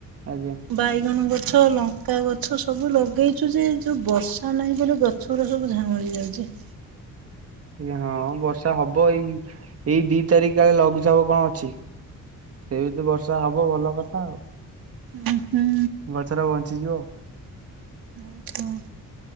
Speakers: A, on the right; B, on the right.
A: ଆଜ୍ଞା।
B: ବାଇଗଣ ଗଛ, ଲଙ୍କା ଗଛ ସବୁ ଲଗେଇଛୁ ଯେ ଯୋଉ ବର୍ଷା ନାହିଁ ବୋଲି ଗଛ ଗଛଗୁରା ସବୁ ଝାଉଁଳି ଯାଉଛି।
A: ଆଜ୍ଞା ହଁ ବର୍ଷା ହବ ଏଇ ଏଇ ଦି ତାରିଖ କାଳେ ଲଘୁଚାପ କଣ ଅଛି। ସେଇମିତି ବର୍ଷା ହବ ଭଲ କଥା ଆଉ।
B: ହୁଁ ହୁଁ।
A: ଗଛଟା ବଞ୍ଚିଯିବ ଆଉ।
B: ଓ ହ।